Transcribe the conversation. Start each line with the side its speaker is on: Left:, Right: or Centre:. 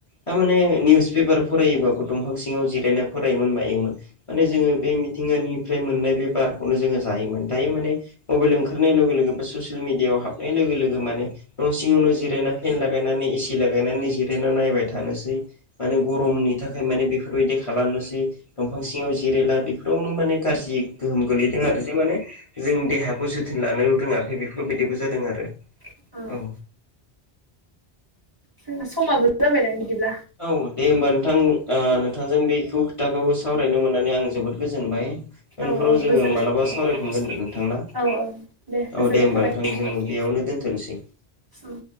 Left: थारमाने निउस पेपार फरायोबाबो दंफां सिङाव जिरायनाय फरायोमोन मायोमोन माने जोङो बे मिथिंगानिफ्राय मोननो नाय बे बारखौनो जोङो जायोमोन दायो माने मबेल ओंखारनाय लोगो लोगो बा ससियेल मेडियायाव हाबनाय लोगो लोगो माने न' सिङावनो जिरायना फेन लागायनानै एसि लागायनानै जिरायना नायबाय थानोसै माने गरमनि थाखाय माने बेफोरबायदि खालामनोसै दंफां सिङाव जिरायला बेफोरावनो माने गाज्रि गोहोम गोलैदों आरो जे माने जोंनि देहाखौ जोथोन लानो रोङाखै बेफोरबायदिबो जादों आरो।
Right: जादों।
Left: औ।
Right: जोंना समाबो जाबायदां बिदिब्ला।
Left: औ दे होमबा नोंथां नोंथांजों बेखौ खोथाखौ सावरायनो मोननानै आं जोबोद गोजोनबाय।
Right: औ
Left: फोराव
Right: औ
Left: जोङो
Right: गोजोननाय
Left: मालाबा सावरायफिनगोन दे नोंथां ना
Right: औ औ गोजोननाय
Left: औ दे होमबा
Right: थाबाय
Left: नोंथां
Right: नोंथांनिसिम।
Left: जों बेयावनो दोनथ'नो सै।
Right: औ